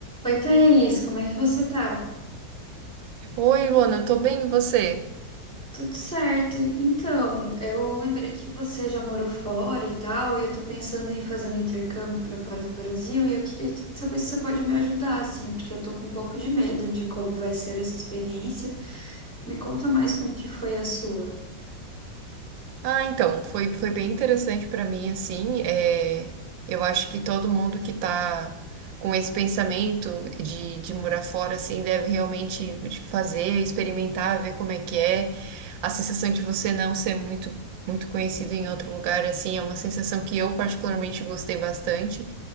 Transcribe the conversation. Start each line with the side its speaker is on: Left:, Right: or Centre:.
Centre: Oi, Thaís, como é que você tá?
Right: Oi, Luana, eu tô bem, e você?
Centre: Tudo certo. Então, eu lembrei que você já morou fora e tal, e eu tô pensando em fazer um intercâmbio pra fora do Brasil, e eu queria que- saber se você pode me ajudar, assim, porque eu tô com um pouco de medo de como vai ser essa experiência. Me conta mais como que foi a sua.
Right: Ah, então, foi, foi bem interessante pra mim, assim, é, eu acho que todo mundo que tá com esse pensamento de, de morar fora, assim, deve realmente fazer, experimentar, ver como é que é, a sensação de você não ser muito, muito conhecido em outro lugar, assim, é uma sensação que eu particularmente gostei bastante,